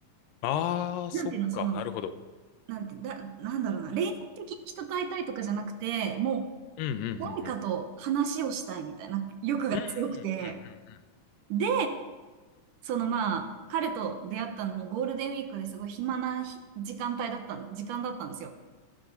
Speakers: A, on the left; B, on the right.
A: ああ、
B: なんていうの、
A: そっか、
B: その、
A: なるほど。
B: なんて、だ、なんだろうな、恋愛的に人と会いたいとかじゃなくて、も
A: うんうんうんうん。
B: う、誰かと話をしたいみたいな欲が強くて、
A: うんうんうんうんうん。
B: で、そのまあ、彼と出会ったのもゴールデンウィークですごい暇なひ時間帯だったん、時間だったんですよ。